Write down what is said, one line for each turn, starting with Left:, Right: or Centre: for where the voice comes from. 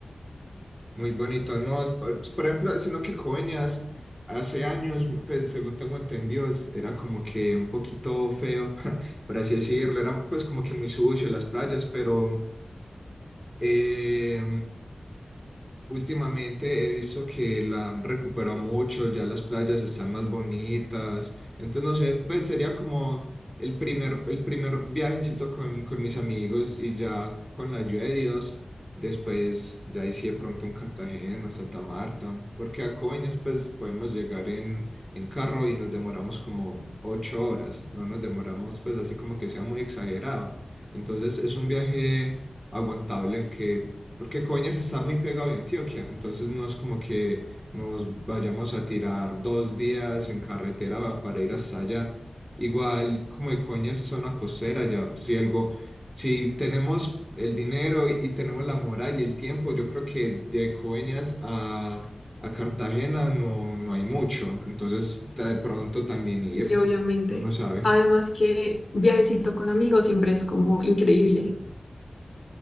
Centre: Muy bonito, ¿no? Por, por ejemplo, sino que Coveñas hace años, pues según tengo entendido, es- era como que un poquito feo, <laughs> por así decirlo, era pues como que muy sucio las playas, pero eh, Últimamente he visto que la han recuperado mucho, ya las playas están más bonitas. Entonces, no sé, pues sería como el primer, el primer viajecito con, con mis amigos y ya con la ayuda de Dios. Después, ya hice de pronto un Cartagena, Santa Marta, porque a Coveñas, pues podemos llegar en, en carro y nos demoramos como ocho horas. No nos demoramos, pues así como que sea muy exagerado. Entonces, es un viaje aguantable que porque Coeñas está muy pegado de Antioquia, entonces no es como que nos vayamos a tirar dos días en carretera para ir hasta allá. Igual como de Coeñas es zona costera, ya si algo, si tenemos el dinero y, y tenemos la moral y el tiempo, yo creo que de Coeñas a, a Cartagena no, no hay mucho, entonces de pronto también ir,
Left: Y obviamente,
Centre: no uno no sabe.
Left: además que viajecito con amigos siempre es como increíble.